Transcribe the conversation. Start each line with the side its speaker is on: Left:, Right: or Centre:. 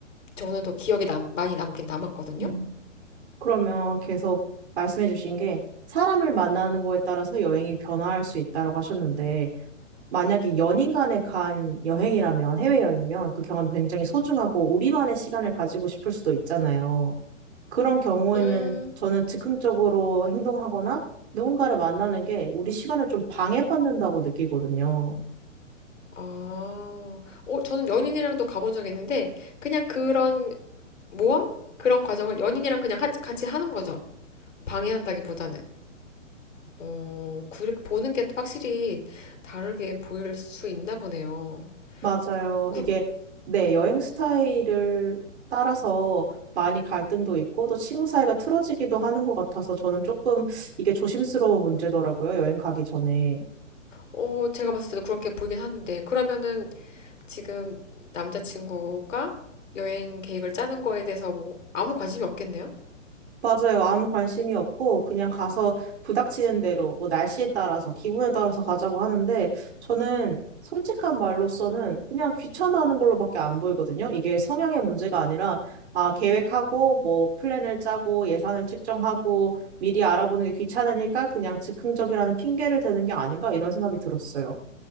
Left: 저는 더 기억에 남, 많이 남긴 남았거든요.
Right: 음. 그러면 계속 말씀해 주신 게 사람을 만나는 거에 따라서 여행이 변화할 수 있다고 하셨는데 만약에 연인 간에 간 여행이라면 해외여행이면 그 경험이 굉장히 소중하고 우리만의 시간을 가지고 싶을 수도 있잖아요. 그런 경우에는
Left: 음,
Right: 저는 즉흥적으로 행동하거나 누군가를 만나는 게 우리 시간을 좀 방해받는다고 느끼거든요.
Left: 아, 어, 저는 연인이랑도 가본 적 있는데 그냥 그런 모험? 그런 과정을 연인이랑 그냥 하- 같이 하는 거죠. 방해한다기보다는. 어, 그, 보는 게 확실히 다르게 보일 수 있나 보네요.
Right: 맞아요.
Left: 그,
Right: 이게 네, 여행 스타일을 따라서 많이 갈등도 있고 또 친구 사이가 틀어지기도 하는 것 같아서 저는 조금 이게 조심스러운 문제더라고요. 여행 가기 전에.
Left: 어, 제가 봤을 때도 그렇게 보이긴 하는데, 그러면은 지금 남자친구가 여행 계획을 짜는 거에 대해서 뭐, 아무 관심이 없겠네요?
Right: 맞아요. 아무 관심이 없고 그냥 가서 부닥치는 대로 뭐 날씨에 따라서 기분에 따라서 가자고 하는데 저는 솔직한 말로서는 그냥 귀찮아하는 걸로밖에 안 보이거든요. 이게 성향의 문제가 아니라 아 계획하고 뭐 플랜을 짜고 예산을 측정하고 미리 알아보는 게 귀찮으니까 그냥 즉흥적이라는 핑계를 대는 게 아닌가 이런 생각이 들었어요.